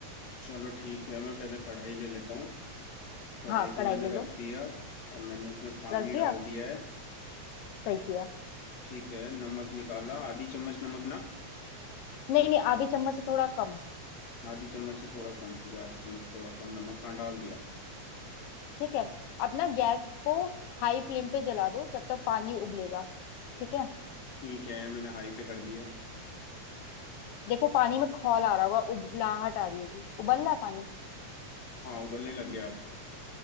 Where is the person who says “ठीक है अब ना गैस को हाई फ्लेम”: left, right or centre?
Left